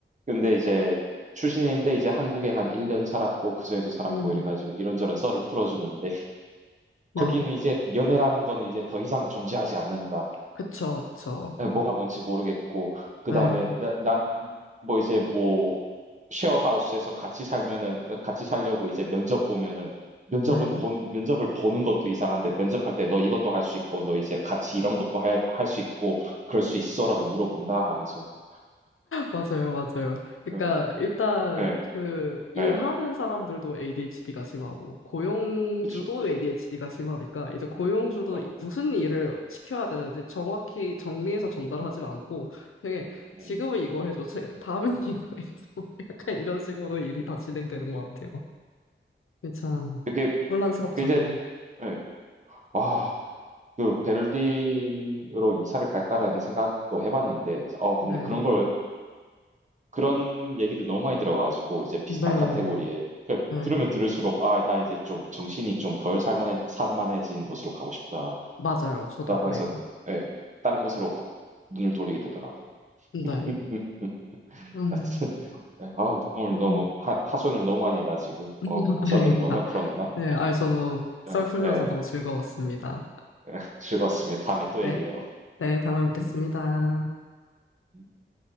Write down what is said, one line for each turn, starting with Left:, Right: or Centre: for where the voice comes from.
Right: 근데 이제 출신인데 이제 한국에 한 1년 살았고 그전에도 살았고
Left: 음.
Right: 이래 가지고 이런저런 썰을 풀어 주는데 <laughs>
Left: 네.
Right: 거기는 이제 연애라는 거는 이제 더 이상 존재하지 않는다.
Left: 그쵸. 그쵸.
Right: 에, 뭐가 뭔지 모르겠고 그
Left: 네.
Right: 다음에 난 뭐 이제 뭐 쉐어하우스에서 같이 살면은 같이 살려고 이제 면접 보면은 면접은
Left: 네.
Right: 보는 면접을 보는 것도 이상한데 면접할 때 너 이것도 할 수 있고 너 이제 같이 이런 것도 할 수 있고 그럴 수 있어라고 물어본다 하면서 막
Left: 맞아요, 맞아요. 그러니까
Right: 예,
Left: 일단
Right: 예,
Left: 그 일하는
Right: 예,
Left: 사람들도 ADHD가 심하고 고용주도
Right: 그렇죠.
Left: ADHD가 심하니까 이제 고용주도
Right: 예,
Left: 이- 무슨 일을 시켜야 되는지 정확히 정리해서 전달하진
Right: 음,
Left: 않고 되게 지금은
Right: 음,
Left: 이거 해줘, 제- 다음엔 <laughs> 이거 해줘 약간 이런 식으로 일이
Right: 예,
Left: 다 진행되는 것
Right: 예.
Left: 같아요. 이게 참
Right: 그게
Left: 혼란스럽죠.
Right: 그게 이제
Left: 네,
Right: 예, 아, 그 베를린으로 이사를 갈까라는 생각도 해봤는데 어 근데
Left: 네,
Right: 그런 걸 그런 얘기를 너무 많이 들어가지고 이제 비슷한
Left: 네,
Right: 카테고리에 그
Left: 네,
Right: 들으면 들을수록 아, 나 이제 좀 정신이 좀 덜 살만해 산만해진 곳으로 가고 싶다라고
Left: 맞아요. 저도 그래요.
Right: 해서 예, 다른 곳으로 버- 눈을 돌리게 되더라고요.
Left: 네,
Right: <laughs>
Left: 음,
Right: 하여튼 예, 아우 오늘
Left: 음,
Right: 너무 하, 하소연을 너무 많이 해가지고
Left: <laughs>
Right: 어 썰들을
Left: 아닙니다.
Right: 너무 많이 풀었나?
Left: 네,
Right: 예,
Left: 아, 저도 썰
Right: 예,
Left: 풀려서
Right: 예,
Left: 너무 즐거웠습니다.
Right: 예, 즐거웠습니다. 다음에 또
Left: 네,
Right: 얘기해요.
Left: 네, 다음에 뵙겠습니다.
Right: 예.